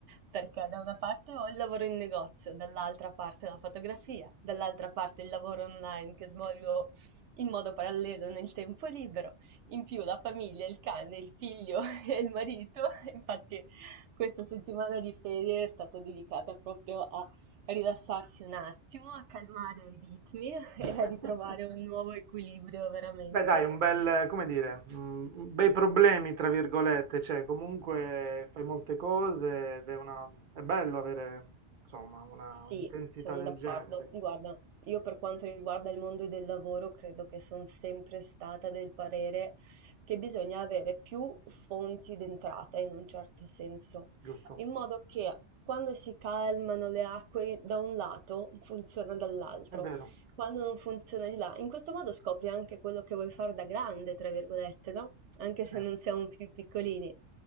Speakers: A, on the right; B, on the right.
A: perché da una parte ho il lavoro in negozio, dall'altra parte la fotografia, dall'altra parte il lavoro online che svolgo in modo parallelo nel tempo libero. In più la famiglia, il cane, il figlio <laughs> e il marito. Infatti questa settimana di ferie è stata dedicata proprio a rilassarsi un attimo, a calmare i ritmi e
B: <laughs>
A: a ritrovare un nuovo equilibrio veramente.
B: Beh, dai, un bel, come dire, mm, bei problemi, tra virgolette, cioè comunque fai molte cose ed è, una, è bello avere, insomma, una, un'intensità
A: Sì, sono
B: del
A: d'accordo.
B: genere,
A: Guarda, io per quanto riguarda il mondo del lavoro, credo che sono sempre stata del parere che bisogna avere più fonti d'entrata in un certo senso,
B: giusto?
A: in modo che quando si calmano le acque da un lato funziona dall'altro,
B: È vero,
A: quando non funziona di là. In questo modo scopri anche quello che vuoi fare da grande, tra virgolette, no? Anche se
B: sì,
A: non siamo più piccolini.